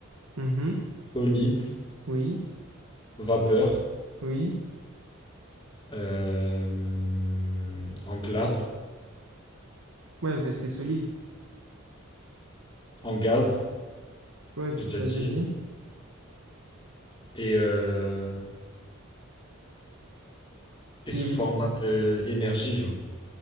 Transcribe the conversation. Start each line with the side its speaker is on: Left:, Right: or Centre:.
Right: Mhm.
Left: solide,
Right: Oui,
Left: vapeur,
Right: oui.
Left: euh, en glace,
Right: Ouais, ben, c'est solide.
Left: en gaz,
Right: Ouais, ben,
Left: j'ai
Right: tu
Left: déjà
Right: l'as
Left: dit,
Right: déjà dit.
Left: et, euh, et sous
Right: Il...
Left: format d'énergie, genre.